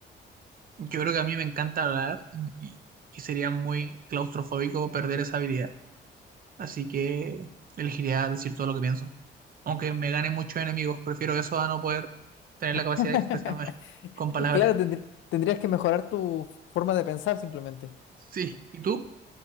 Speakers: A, on the right; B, on the left.
A: yo creo que a mí me encanta hablar y, y- y sería muy claustrofóbico perder esa habilidad. Así que elegiría decir todo lo que pienso. Aunque me gane muchos enemigos, prefiero eso a no poder tener la
B: <laughs>
A: capacidad de expresarme <laughs> con palabras.
B: Claro, tendr- tendrías que mejorar tu forma de pensar simplemente.
A: Sí, ¿y tú?